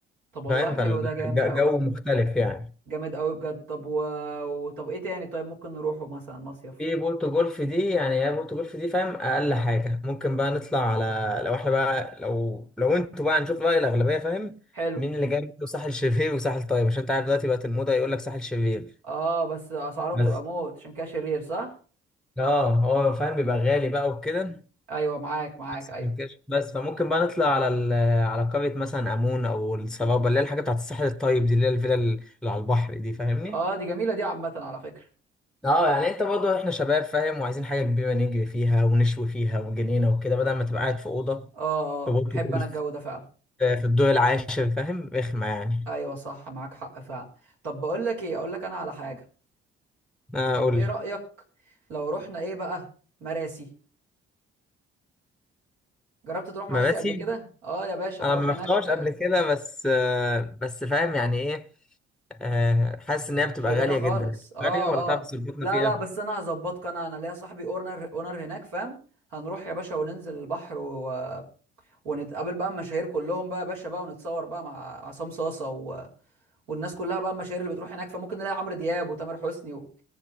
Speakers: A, on the right; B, in the centre.
A: طب والله
B: فاهم فالجو
A: حلو ده جامد قوي
B: مختلف يعني
A: جامد قوي بجد طب و... و- طب ايه تاني طيب ممكن نروحه مثلا مصيف
B: في بولتو جولف دي يعني هي بولتو جولف دي فاهم اقل حاجه ممكن بقى نطلع على لو احنا بقى لو لو انتوا بقى هنشوف راي الاغلبيه فاهم
A: حلو
B: مين اللي جاي منه ساحل شرير وساحل طيب عشان انت عارف دلوقتي بقت الموضه يقول لك ساحل شرير
A: اه بس اسعاره بتبقى
B: بس
A: موت عشان كده شرير صح
B: اه هو فاهم بيبقى غالي بقى وكده
A: ايوه معاك معاك
B: بس
A: ايوه
B: ممكنش- بس فممكن بقى نطلع على ال- على قريه مثلا امون او السرابه اللي هي الحاجه بتاعت الساحل الطيب دي اللي هي الفيلا اللي على البحر دي فاهمني
A: اه دي جميله دي عامه على فكره
B: اه يعني انت برضه احنا شباب فاهم وعايزين حاجه كبيره نجري فيها ونشوي فيها وجنينه وكده بدل ما تبقى قاعد في اوضه
A: اه اه
B: في برج
A: احب
B: جولف
A: انا الجو ده فعلا
B: آه، في الدور العاشر فاهم رخمه يعني
A: ايوه صح معاك حق فعلا طب بقول لك ايه اقول لك انا على حاجه
B: انا
A: طب
B: اقول
A: ايه
B: لك.
A: رايك لو رحنا ايه بقى مراسي جربت تروح مراسي
B: مراسي
A: قبل كده اه يا باشا نروح
B: انا ما
A: هناك
B: رحتهاش قبل كده بس آه، بس فاهم يعني ايه آه، حاسس ان هي بتبقى
A: شريره
B: غاليه
A: خالص
B: جدا
A: اه
B: غاليه ولا تعرف
A: اه
B: تظبطنا
A: لا
B: فيها
A: لا بس انا هظبطك انا انا ليا صاحبي اونر اونر هناك فاهم هنروح يا باشا وننزل البحر و... ونتقابل بقى المشاهير كلهم بقى يا باشا بقى ونتصور بقى مع عصام صاصه و... والناس كلها بقى المشاهير اللي بتروح هناك فممكن نلاقي عمرو دياب وتامر حسني و...